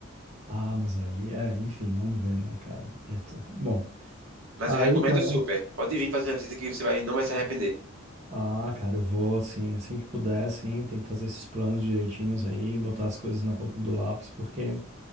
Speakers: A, on the right; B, on the right.
A: Ah, mas aí, é, enfim, vamos ver, né, cara? Eita. Bom,
B: Mas
A: aí
B: eu recomendo
A: também.
B: super. Pode vir fazer uma visita que você vai, não vai se arrepender.
A: Ah, cara, eu vou, sim, assim que puder, sim, tem que fazer esses planos direitinhos aí, botar as coisas na ponta do lápis, porque